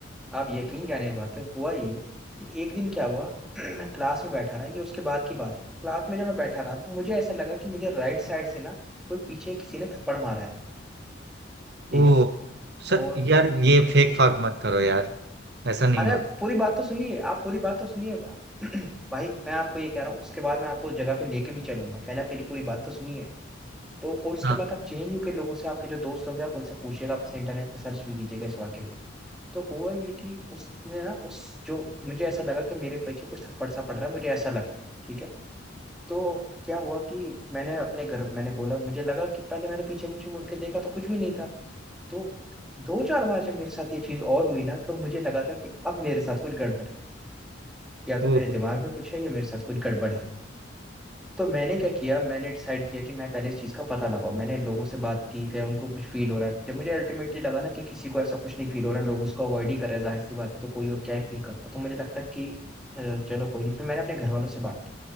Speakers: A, in the centre; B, on the right (about 55°).
A: आप यकीन जाने इस बात पे हुआ ये कि एक दिन क्या हुआ <clears throat> मैं क्लास में बैठा रहा ये उसके बाद की बात है क्लास में जब मैं बैठा रहा तो मुझे ऐसा लगा कि मुझे राइट साइड से ना कोई पीछे किसी ने थप्पड़ मारा है ठीक
B: ओ
A: है
B: सर
A: और
B: यार ये
A: मुझे
B: फेक
A: किसी
B: फाक
A: ने
B: मत करो यार ऐसा नहीं
A: अरे
B: होता
A: आप पूरी बात तो सुनिए आप पूरी बात तो सुनिए <clears throat> भाई मैं आपको ये कह रहा हूँ उसके बाद मैं आपको उस जगह पे लेके भी चलूंगा पहले आप मेरी पूरी बात तो सुनिए तो और उसके
B: हाँ
A: बाद आप जेएनयू के लोगों से आपके जो दोस्त होंगे आप उनसे पूछिएगा आप इसे इंटरनेट पे सर्च भी कीजिएगा इस वाक्य को तो हुआ ये कि उसने ना उस जो मुझे ऐसा लगा कि मेरे पीछे कुछ थप्पड़ सा पड़ रहा है मुझे ऐसा लगा ठीक है तो क्या हुआ कि मैंने अपने घर मैंने बोला मुझे लगा कि पहले मैंने पीछे पीछे मुड़ के देखा तो कुछ भी नहीं था तो दो चार बार जब मेरे साथ ये चीज और हुई ना तो मुझे लगा था कि अब मेरे साथ कुछ गड़बड़ है या
B: ओ
A: तो मेरे दिमाग में कुछ है या मेरे साथ कुछ गड़बड़ है तो मैंने क्या किया मैंने डिसाइड किया कि मैं पहले इस चीज़ का पता लगाऊं मैंने लोगों से बात की कि उनको कुछ फील हो रहा है जब मुझे अल्टीमेटली लगा ना कि किसी को ऐसा कुछ नहीं फील हो रहा लोग उसको अवॉइड ही कर रहे हैं जाहिर सी बात है तो कोई और क्या ही फील करता तो मुझे लगता कि अ, चलो कोई नहीं फिर मैंने अपने घर वालों से बात की